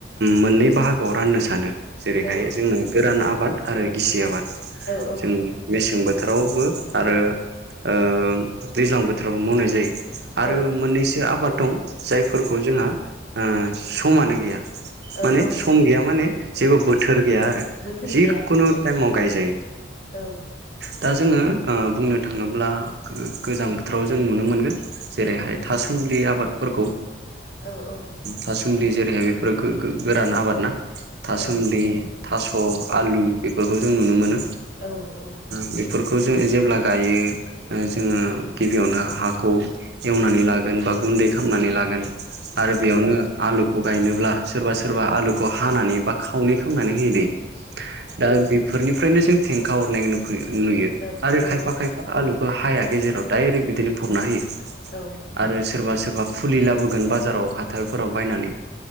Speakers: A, on the right; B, on the left.
A: मोननै बाहागोआव राननो सानो जेरैहाय
B: औ
A: जोंनो गोरान आबाद आरो गिसि आबाद
B: औ
A: जों मेसें बोथोरावबो आरो ओ दैज्लां बोथोरावबो मावनाय जायो आरो
B: औ
A: मोननैसो आबाद दं जायफोरखौ जोंहा समानो गैया
B: औ
A: माने
B: औ
A: सम गैया माने जेबो बोथोर गैया आरो
B: बोथोर
A: जिखुनु
B: गैया उम
A: टाइमाव गायजायो
B: औ
A: दा जोङो ओ बुंनो थाङोब्ला गोजां बोथोराव जों नुनो मोनगोन जेरैहाय
B: उम
A: थासुमलि आबादफोरखौ
B: औ औ
A: थासुमलि जेरैहाय बेफोरो गोरान आबाद ना थासुमलि
B: औ
A: थास' आलु बेफोरखौ जों नुनो मोनो।
B: औ
A: बेफोरखौ जो जेब्ला गायो जोङो गिबियावनो हाखौ एवनानै लागोन बा गुन्दै खालामामनानै लागोन आरो बेयावनो आलुखौ गायनोब्ला सोरबा सोरबा आलुखौ हानानै बा खावनै खालामामनानै होयो दैे दा बेफोरनिफ्रायनो जों फेंखा हरनाय नुयो
B: औ
A: आरो
B: औ
A: खायफा खायफा आलुखौ हाया गेजेराव दडायरेक्ट बिदिनो फबना होयो
B: औ
A: आरो सोरबा सोरबा फुलि लाबोगोन बाजाराव हाथायफोराव बायनानै